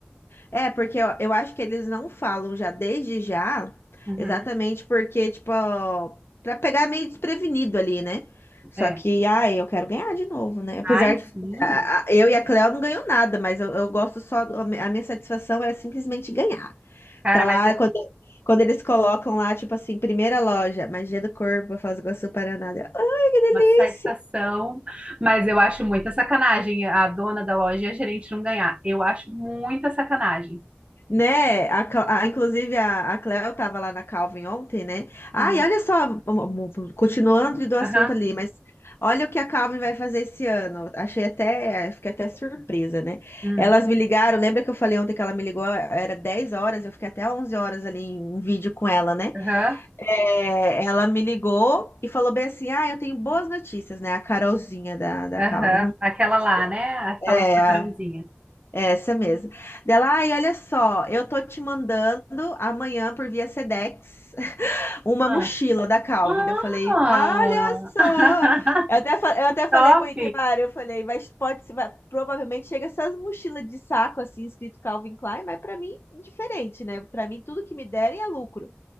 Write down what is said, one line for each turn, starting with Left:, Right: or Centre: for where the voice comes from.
Left: É, porque eu, eu acho que eles não falam já desde já,
Right: Uhum,
Left: exatamente porque, tipo, ó, pra pegar meio desprevenido ali, né? Só
Right: é.
Left: que, ai, eu quero ganhar de novo, né? Apesar
Right: Ai, sim.
Left: que a- a- eu e a Cleo não ganhou nada, mas eu, eu gosto só. A mi- a minha satisfação é simplesmente ganhar.
Right: Cara,
Left: Tá
Right: mas
Left: lá,
Right: é
Left: quando, quando eles colocam lá, tipo assim, primeira loja, Magia do Corpo, Foz do Iguaçu, Paraná. eu, ai, que delícia!
Right: uma satisfação. Mas eu acho muita sacanagem a dona da loja e a gerente não ganhar. Eu acho muita sacanagem.
Left: Né? A, Cla- a- inclusive, a, a Cleo estava lá na Calvin ontem, né? Ai,
Right: Uhum.
Left: olha só, mo- mo- continuando do assunto
Right: Aham.
Left: ali, mas olha o que a Calvin vai fazer esse ano. Achei até, fiquei até surpresa, né?
Right: Uhum.
Left: Elas me ligaram, lembra que eu falei ontem que ela me ligou, era 10 horas, eu fiquei até 11 horas ali em um vídeo com ela, né?
Right: Aham,
Left: É, ela me ligou e falou bem assim: ah, eu tenho boas notícias, né? A Carolzinha da, da
Right: aham.
Left: Calvin, não
Right: Aquela
Left: gosto
Right: lá,
Left: dela.
Right: né? A
Left: É,
Right: famosa macarrãozinha.
Left: essa mesmo. Dela, ai, olha só, eu tô te mandando amanhã por via Sedex <laughs> uma
Right: Ah,
Left: mochila da Calvin.
Right: Ah!
Left: Daí Eu falei, olha só.
Right: <laughs>
Left: Eu até, fa- eu até falei
Right: Top!
Left: pro Ikemar, eu falei, mas pode, se- vai, provavelmente chega essas mochilas de saco assim, escrito Calvin Klein, mas pra mim, diferente, né? Pra mim, tudo que me derem é lucro.